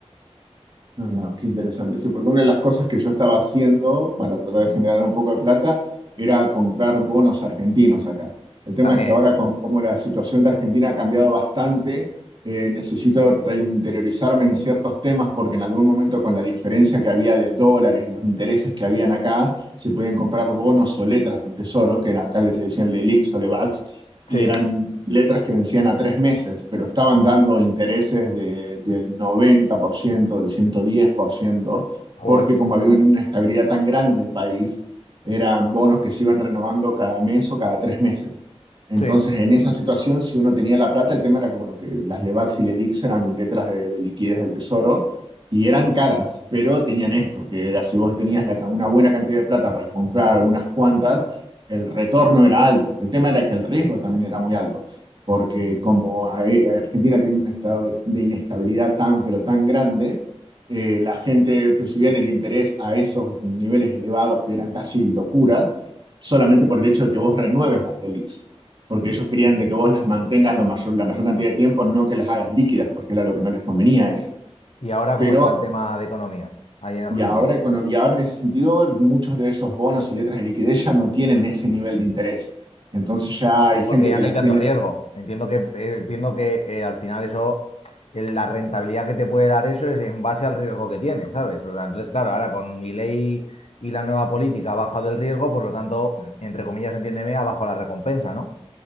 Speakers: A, on the right; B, on the left.
A: Ah, qué interesante. Sí, porque una de las cosas que yo estaba haciendo para tratar de generar un poco de plata era comprar bonos argentinos acá. El tema
B: También,
A: es que ahora con cómo la situación de Argentina ha cambiado bastante, eh, necesito reinteriorizarme en ciertos temas porque en algún momento con la diferencia que había de dólares y los intereses que habían acá, se podían comprar bonos o letras del tesoro, que era- acá les decían lelix o LEVAX, y
B: sí,
A: eran letras que vencían a tres meses, pero estaban dando intereses de- del 90%, del 110%,
B: joder,
A: porque como había una estabilidad tan grande en el país, eran bonos que se iban renovando cada mes o cada tres meses. Entonces,
B: sí.
A: en esa situación, si uno tenía la plata, el tema era que, bueno, que las Levax y Lelix eran letras de, de liquidez del tesoro y eran caras, pero tenían esto, que era si vos tenías la ca- una buena cantidad de plata para comprar unas cuantas, el retorno era alto. El tema era que el riesgo también era muy alto, porque como a- Argentina tiene un estado de de inestabilidad tan, pero tan grande, eh, la gente te subían el interés a esos niveles elevados que eran casi locura, solamente por el hecho de que vos renueves las relics. Porque ellos querían de que vos las mantengas lo mayor, la mayor cantidad de tiempo, no que las hagas líquidas, porque era lo que no les convenía a ellos.
B: ¿Y ahora
A: Pero
B: cómo está el tema de economía ahí en Argentina?
A: y ahora, econo- y ahora en ese sentido, muchos de esos bonos y letras de liquidez ya no tienen ese nivel de interés. Entonces ya hay gente
B: Porque ya
A: que
B: no
A: las
B: hay tanto
A: tiene
B: riesgo. Entiendo que, eh, entiendo que eh, al final eso, eh, la rentabilidad que te puede dar eso es en base al riesgo que tienes, ¿sabes? O sea, entonces, claro, ahora con mi ley y la nueva política ha bajado el riesgo, por lo tanto, mm, entre comillas, entiéndeme, ha bajado la recompensa, ¿no?